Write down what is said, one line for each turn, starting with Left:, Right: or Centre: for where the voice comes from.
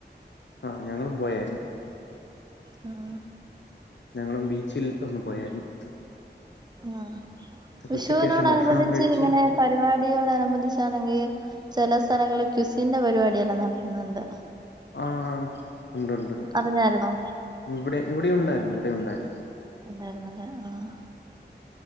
Left: ആ ഞങ്ങളും പോയായിരുന്നു.
Right: ഉം
Left: ഞങ്ങളും ബീച്ചിൽ ഒന്ന് പോയായിരുന്നു.
Right: ആഹ്. വിഷുവിനോടനുബന്ധിച്ച്
Left: ഉച്ചയ്ക്ക് ശേഷം ഭക്ഷണം കഴിച്ച്
Right: ഇങ്ങനെ പരിപാടിയോട് അനുബന്ധിച്ചാണെങ്കി ചെല സ്ഥലങ്ങളിൽ ക്വിസിന്റെ പരിപാടിയെല്ലാം നടത്തുന്നുണ്ട്.
Left: ആ ഉണ്ട് ണ്ട് ണ്ട്
Right: അറിഞ്ഞായിരുന്നോ
Left: ഇവിടെ ഇവിടെ ഉണ്ടായിരുന്നു ഇവിടെ ഉണ്ടായിരുന്നു.
Right: ഉണ്ടായിരുന്നല്ലേ ആഹ്.